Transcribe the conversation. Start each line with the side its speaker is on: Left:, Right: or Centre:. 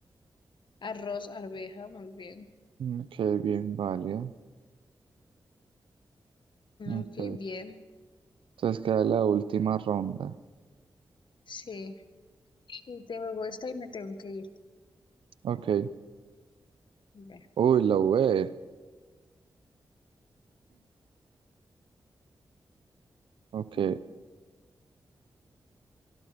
Left: arroz, arveja, muy bien,
Right: ok, bien válido, ok.
Left: ok, bien,
Right: Entonces queda la última ronda,
Left: sí, y te juego esta y me tengo que ir,
Right: ok,
Left: Ve.
Right: uy, la UE. Ok,
Left: Mm,